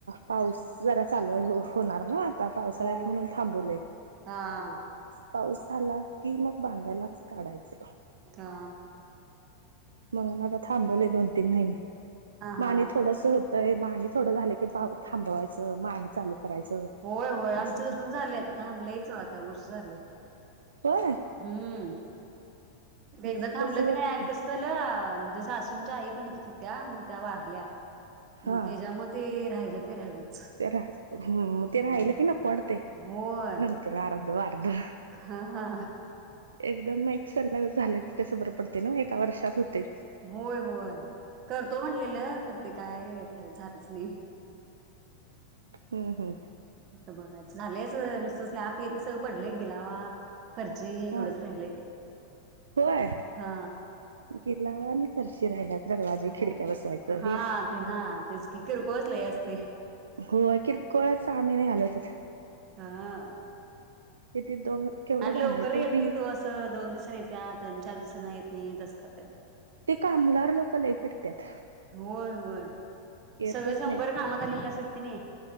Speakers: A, on the right (about 70°); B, on the right (about 35°).
A: पाऊस जरा चालू हो होणार ना आता पावसाळ्यात
B: हो
A: म्हणून थांबवलय
B: हा
A: पाऊस झाला की मग बांधायलाच काढायचं
B: हा
A: म्हणून आता थांबवले दोन तीन महिने म
B: हा
A: आणि थोडस होत तर म आणि थोडं झालं की पाव थांबवायचं मा आणि चालू करायचं
B: होय होय आमचं
A: असं
B: तसंच झालंय थांबलंयच आता वर्ष झालं.
A: होय
B: हम्म एकदा
A: मग ते
B: थांबलं
A: तसं
B: की
A: होत
B: नाही आणि कस चला म्हणजे सासूंच्या आई पण येतात होत्या मग त्या वारल्या
A: हा
B: मग त्याच्या म ते राहिल ते राहिलच
A: तेरा हम्म तेरा
B: हा
A: हहिला की न कोडतेय
B: होय
A: नंतर अर्ध अर्ध
B: हा हा
A: एकदम एक सल्लग झालं की कसं बरं पडते ना म एका वर्षात होतेच
B: होय होय करतो म्हटलेलं करते काय रा झालंच नाही
A: हम्म हम्म
B: आता बघायचं झालंयच नुसतंच स्लॅप सगळं पडलं एक गिलावा फरशी एवढच
A: हा
B: राहिले
A: होय
B: हा
A: गिलावा आणि फरशी राहिला दरवाजे
B: हो
A: खिडक्या बसवायचं
B: हा
A: हे.
B: ते
A: काय
B: हा तेच की किरकोळ च लय असतय.
A: होय किरकोळच सहा महिने घालवत्यात
B: हा
A: किती दोन केवढं
B: आणि
A: बांधलं
B: लवकर येत
A: टू बी
B: नाही तो असं दोन दिवसांनी येत्यात आणि चार दिवसांन येत नाही असं कर
A: ते कामगार लोक लय पिडत्यात.
B: होय होय
A: येतच
B: सगळं शंभर
A: नाहीत
B: काम झालेले असतात की नि